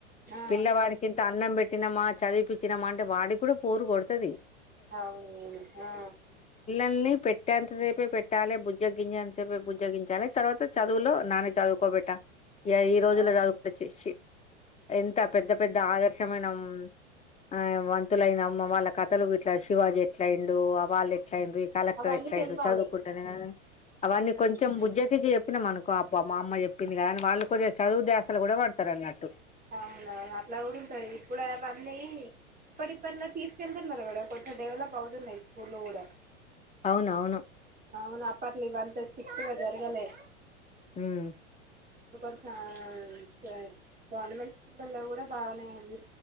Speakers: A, on the right (about 25°); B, on the left (about 20°).
A: ఆ
B: పిల్లవారికింత అన్నం పెట్ ట్టినమా చదివిపిచ్చినమా అంటే వాడికి కూడా పోరు కొడుతుది
A: అవునవును ఆ
B: లని పెట్టేంత సేపు పెట్టాలి బుజ్జగ్గించేంత సేపే బుజ్జగించాలి తర్వాత చదువులో నాన్న చదువుకోబెట్టా ఈ రోజుల
A: ఆ
B: రాగుపచ్చేసి ఎంత పెద్ద పెద్ద ఆదర్శం ఇష్టమైన ఆ వంతులయినమ్మ వాళ్ళ కథలు ఇట్లా శివాజీ ఎట్లా అయిండు వాళ్ళు ఎట్లైండు ఈ కలెక్టర్
A: అవన్నీ
B: ఎట్లైండు
A: తెలవాలి
B: చదువుకుంటెనే కద అవన్నీ
A: ఉమ్
B: కొంచెం బుజ్జగిచ్చి చెప్పినాం అనుకో అబ్బా మా అమ్మ చెప్పింది కదా అని వాళ్ళు కొద్దిగా చదువు ధ్యాసలో కూడా పడతారు అన్నట్టు
A: అవునవును అట్లా కూడా ఉంటది ఇప్పుడు అవన్నీ ఇప్పుటిప్పటి లో తీసుకెళ్తున్నారు కూడా కొంచెం డెవలప్ అవుతున్నాయి స్కూల్ కూడా
B: అవునవును
A: అవును అప్పట్లు ఇవంత స్ట్రిక్ట్ గా జరగలే
B: ఉమ్
A: ఇప్పుడు కొంచెం స్ గవర్నమెంట్ స్కూల్లో కూడా బాగానేయంది